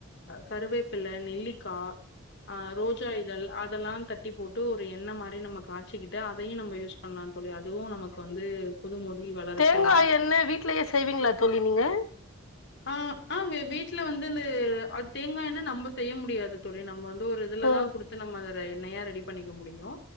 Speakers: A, on the left (about 55°); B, on the left (about 85°).
A: கருவேப்பில நெல்லிக்கா ஆ ரோஜா இதழ் அதெல்லா தட்டி போட்டு ஒரு எண்ணெ மாரி நம்ம காச்சிகிட்டு அதயு நம்ப யூஸ் பண்லா தோழி அதுவு நமக்கு வந்து புது முடி வளரச்
B: தேங்கா
A: செய்யு
B: எண்ணெ வீட்லயே செய்வீங்களா தோழி நீங்க
A: ஆ ஆ வெ வீட்ல வந்து இந் அத் தேங்கா எண்ண நம்ப செய்ய முடியாது தோழி நம்ப வந்து ஒரு இதுலதா
B: ம்
A: குடுத் து நம்ப அத எண்ணையா ரெடி பண்ணிக்க முடியு